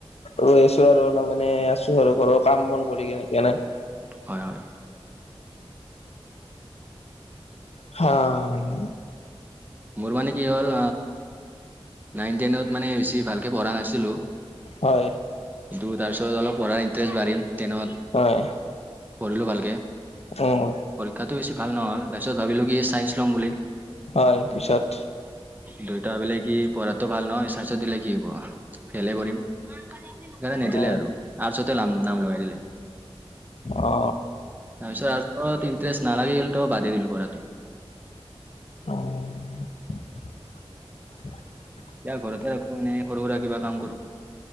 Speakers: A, on the left (about 85°); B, on the right (about 15°).
A: ৰৈ আছোঁ আৰু অলপ এনে আছোঁ আৰু ঘৰৰ কাম বন কৰি কেনে।
B: হয় হয়।
A: হয়।
B: মোৰ মানে কি হ'ল নাইন টেইনত মানে বেছি ভালকে পঢ়া নাছিলো।
A: হয়।
B: কিন্তু তাৰপিছত অলপ পঢ়াৰ ইণ্টাৰেষ্ট বাঢ়িল টেনত
A: হয়
B: পঢ়িলো ভালকে।
A: উম।
B: পৰীক্ষাটো বেছি ভাল নহ'ল তাৰপিছ ভাবিলো কি চাইন্ঞ্চ ল'ম বুলি
A: হয় পিছত
B: দেউতাই ভাবিলে কি পঢ়াতটো ভাল নহ'য় চাইঞ্চত দিলে কি হ'ব ফেইল হে কৰিম। সেইকাৰণে নিদিলে
A: অ
B: আৰু আৰ্টচতে নাম লগাই দিলে।
A: অ
B: তাৰপিছত আৰ্টচত ইণ্টাৰেষ্ট নালাগিল ত' বাদেই দিলোঁ পঢ়াটো।
A: <unintelligible>
B: এতিয়াঁ ঘৰতে থাকো এনেই সৰু সুৰা কিবা কাম কৰো।